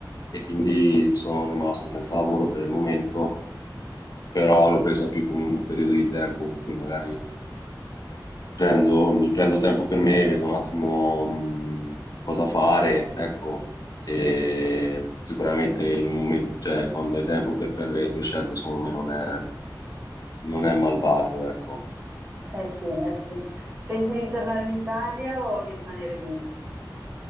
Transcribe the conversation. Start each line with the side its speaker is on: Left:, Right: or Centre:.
Left: e quindi sono rimasto senza lavoro per il momento però l'ho presa più come un periodo di tempo in cui magari prendo- mi prendo tempo per me, vedo un attimo mh, cosa fare, ecco, e sicuramente in un momento, cioè quando hai tempo per prendere le tue scelte, secondo me non è, non è malvagio, ecco.
Right: eh sì, eh sì. Pensi di tornare in Italia o di rimanere lì?